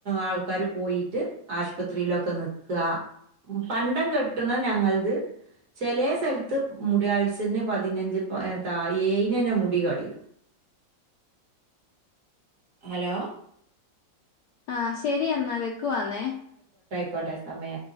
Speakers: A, on the right; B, on the left.
A: ആൾക്കാർ പോയിട്ട് ആശ് പത്രിയിലൊക്കെ നിൽക പണ്ട കെട്ട ട്ട്ണ് ഞങ്ങല്ത് ചില സ്ലത്ത് മു പതിനഞ്ച് ത ഏനന്നെ മുടി കളും ഹലോ
B: ആ ശരി എ നത് നിക്കുവന്നേ
A: കോട്ടെ സമയ